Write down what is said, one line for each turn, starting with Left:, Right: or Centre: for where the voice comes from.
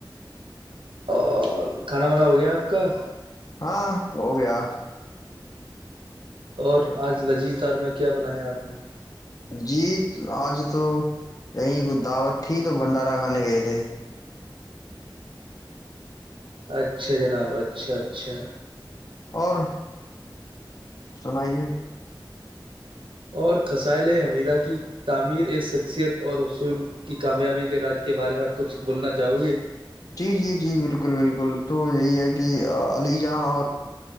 Right: اور کھانا وانا ہو گیا اپ کا
Left: ہاں ہو گیا
Right: اور آج نجیز دھار میں کیا بنایا اپ نے
Left: جی اج تو کہیں کوئی دعوت تھی تو بندہ رہا نہیں گئے تھے
Right: اچھا جناب اچھا اچھا
Left: اور سنائیے
Right: اور خصائل حمیدہ کی تعمیر شخصیت اور اصول کی کامیابی کے راج کے بارے میں اپ کچھ بولنا چاہو گے
Left: جی جی جی بالکل بالکل تو یہی ہے کہ علی یہاں